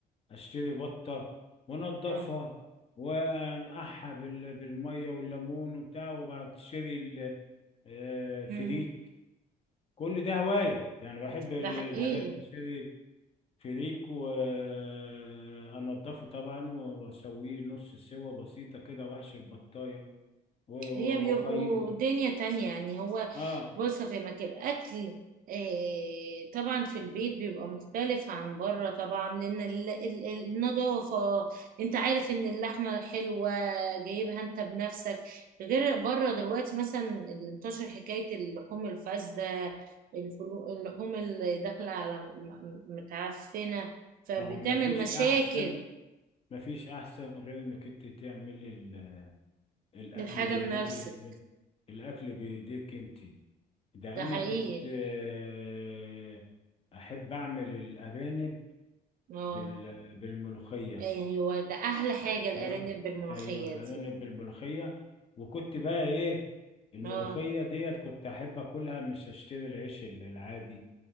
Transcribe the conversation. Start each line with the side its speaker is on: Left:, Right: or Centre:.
Left: اشتري بطه وانضفها
Right: آه
Left: وانقعها بال- بالميه والليمون وبتاع وبعد اشتري ال- آه، فريك
Right: مم.
Left: كل ده هوايه يعني بحب ال-
Right: ده حقيقي
Left: الحاجات دي اشتري فريك وانضفه طبعا واسويه نص سوا بسيطه كده واحشي البطايه و- و-
Right: هي بيبقوا
Left: وخي
Right: دنيا تانية يعني هو
Left: اه
Right: بص في مكان الأكل آه طبعا في البيت بيبقى مختلف عن بره طبعا لأن ال- ال- النظافة انت عارف ان اللحمة حلوة جايبها انت بنفسك غير بره دلوقتي مثلا اللي انتشر حكاية اللحوم الفاسدة الفلو- اللحوم اللي داخلة على م- م- متعفنة فبتعمل
Left: هو ما فيش
Right: مشاكل
Left: احسن ما فيش احسن غير انك انت تعملي ال- الاكل
Right: للحاجة
Left: بايديك
Right: بنفسك
Left: الاكل بايديك انت ده
Right: ده
Left: انا
Right: حقيقي
Left: كنت آه، احب اعمل الارانب
Right: اه
Left: بال- بالملوخيه
Right: يعني هو ده احلى حاجة
Left: كنت
Right: الارانب
Left: اروح
Right: بالملوخية
Left: ايوه الارانب
Right: دي
Left: بالملوخيه وكنت بقى ايه الملوخيه
Right: اه
Left: ديت كنت احب اكلها مش اشتري العيش العادي